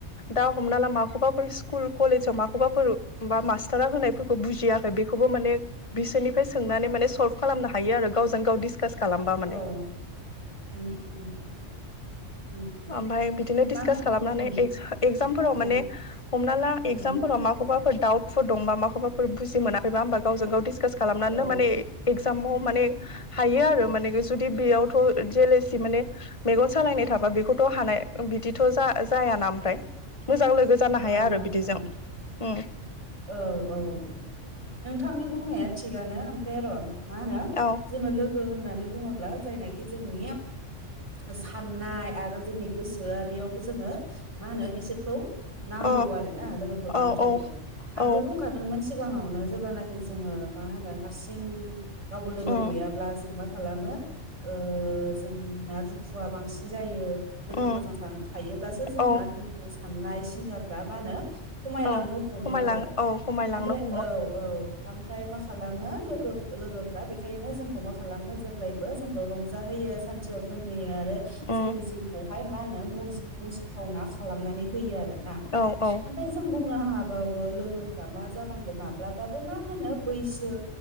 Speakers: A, on the left (about 25°); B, on the right (about 70°).
A: दा हमना ला माखौबाफोर स्कुल कलेजाव माखौबाफोर बा मासतारा होनायफोरखौ बुजियाखै बेखौबो माने बिसोरनिफ्राय सोंनानै माने सल्भ खालामनो हा हायो आरो गावजों गाव डिसकास खालामबा माने
B: औ उम उम उम
A: ओमफाय बिदिनो डिसकास
B: मा होन
A: खालामनानै
B: उम
A: एक्जामफोराव
B: उम
A: माने हमना ला एक्जामफोराव
B: उम
A: माखौबाफोर डाउटफोर दंबा माखौबाफोर बुजि मोनाखैबा होनबा गावजों गाव डिसकास खालामनानैनो
B: औ
A: माने जामाव माने हायो आरो माने जुदि बेयावथ' जेलेसि माने मेगन सालायनाय थाबा बेखौ हानाय बिदिथ' जा-जायाना ओमफ्राय मोजां लोगो जानो हाया
B: औ
A: आरो
B: जानो
A: बिदिजों
B: मोना
A: ओ
B: औ औ नोंथांनि बुंनाया थिगानो ओमफ्राय र' मा होनो
A: औ
B: जोङो लोग गो होननानै बुङोब्ला जायनाखि जोंनिया साननाय आरो जोंनि गोसोआरियावबो जोङो मा होनो बिसोरखौ नांगौ
A: अ
B: आरो ना लोगोफोर नांथारगौ
A: औ औ
B: आंथ'
A: औ
B: बुंखादोंमोन सिगाङावनो जेब्लानाखि जोङो मा होनो हारसिं रावबो लोगो
A: उम
B: गैयाब्ला जों मा खालामो ओ जोंना दुखुआ बांसिन जायो लोगोफोरजों
A: उम
B: थायोब्लासो जोंना
A: औ
B: दुखु साननाय सिन्थाफ्रा मा होनो खमायलांनो
A: औ
B: हमो
A: खमायलां
B: आरो
A: औ खमायलांनो
B: ओमफ्राय
A: हमो
B: औ औ ओमफ्राय मा खालामो लोगो लोगोफ्रा बेखायनो जोंखौ मा खालामो जेब्लायबो जोंखौ रंजाहोयो सानथियाव दोनहैयो आरो आरो
A: उम
B: जोंनि जिउखौहाय मा होनो मुजि मुजिथावना खालामनानै होयो आरो ओमफाय
A: औ औ
B: जों बुंनो हा हाबावो लोगोफ्रा मा जानांगौ माब्लाबाबो मा होनो बैसो